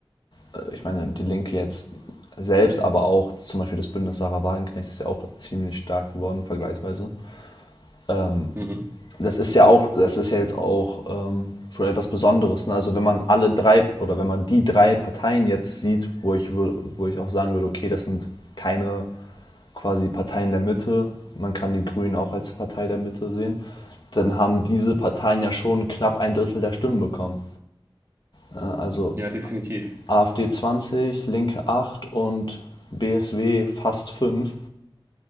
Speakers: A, on the left; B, on the right.
A: äh, ich meine, die Linke jetzt selbst, aber auch zum Beispiel das Bündnis Sarah Wagenknecht ist ja auch ziemlich stark geworden, vergleichsweise. Ähm,
B: Mhm.
A: das ist ja auch, das ist ja jetzt auch ähm, schon etwas Besonderes. Ne? Also wenn man alle drei oder wenn man die drei Parteien jetzt sieht, wo ich, wo ich auch sagen würde, okay, das sind keine quasi Parteien der Mitte, man kann die Grünen auch als Partei der Mitte sehen, dann haben diese Parteien ja schon knapp ein Drittel der Stimmen bekommen. Äh, Also
B: Ja, definitiv.
A: AfD 20, Linke 8 und BSW fast 5.